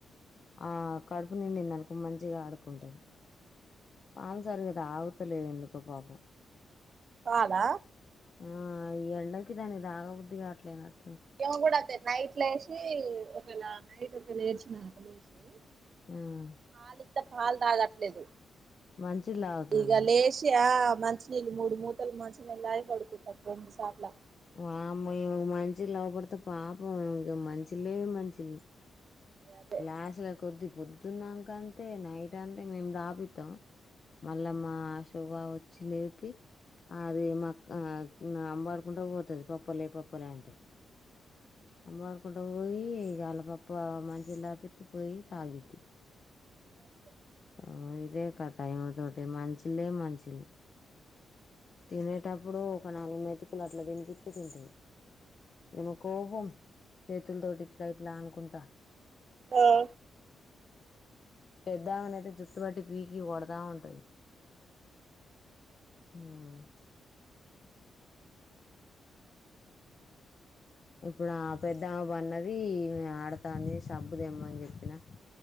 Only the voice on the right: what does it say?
చాలా
ఎనా కూడా నైట్ లో ఏసి ఒకేళ నైట్ ఒక లేచినా <unintelligible>
పాలి పాలు తాగట్లేదు
ఈగ లేషి యా మంచినీళ్ళు మూడు మూతలు మంచినీళ్ళు తాగి పడుకుంటా రెండు సార్లు
అదే
అంతె
ఆ